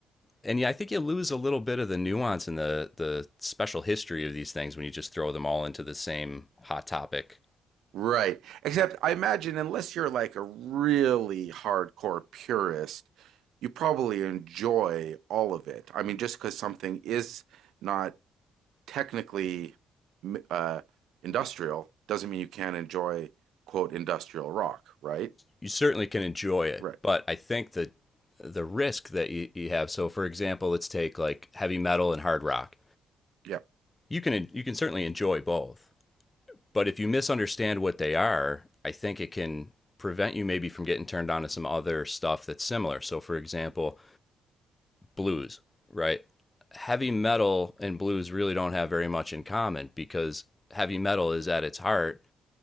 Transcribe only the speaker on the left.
and yeah, I think you lose a little bit of the nuance and the the special history of these things when you just throw them all into the same hot topic.
You certainly can enjoy it,
but I think that the risk that you, you have. So, for example, let's take like heavy metal and hard rock.
You can you can certainly enjoy both, but if you misunderstand what they are, I think it can prevent you maybe from getting turned on to some other stuff that's similar. So, for example, blues, right? Heavy metal and blues really don't have very much in common because heavy metal is at its heart